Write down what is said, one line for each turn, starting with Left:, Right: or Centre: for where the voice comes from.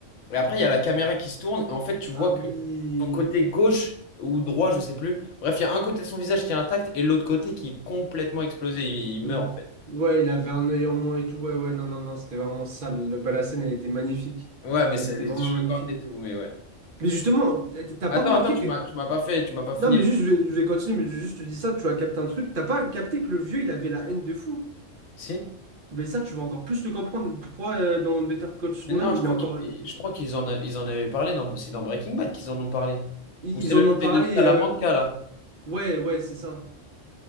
Left: Et après, il y a la caméra qui se tourne, et en fait, tu vois
Right: Ah oui.
Left: que son côté gauche ou droit, je sais plus, bref, il y a un côté de son visage qui est intact, et l'autre côté qui est complètement explosé, il, il meurt,
Right: Ouh.
Left: en fait.
Right: Ouais, il avait un œil en moins et tout. Ouais, ouais, non, non, non, c'était vraiment sale. Le- bah, la scène, elle était magnifique.
Left: Ouais, mais
Right: Elle
Left: ça,
Right: était
Left: elle est
Right: vraiment
Left: choquante
Right: magnifique.
Left: et tout, mais ouais.
Right: Mais justement, t'as
Left: Attends,
Right: pas remarqué
Left: attends, tu
Right: que.
Left: m'as, tu m'as pas fait, tu m'as pas fini.
Right: Non, mais juste, je vais, je vais continuer, mais juste, je te dis ça, tu as capté un truc. T'as pas capté que le vieux, il avait la haine de fou.
Left: Si?
Right: Mais ça, tu vas encore plus le comprendre. Pourquoi euh, dans Better Call Saul,
Left: Mais
Right: man,
Left: non, je
Right: il
Left: crois
Right: est encore.
Left: qu'ils, je crois qu'ils en, a- ils en avaient parlé dans, c'est dans Breaking Bad qu'ils en ont parlé.
Right: Ils
Left: Ou c'est
Right: ils
Left: le,
Right: en ont parlé.
Left: c'est le Salamanca
Right: euh,
Left: là.
Right: Ouais, ouais, c'est ça.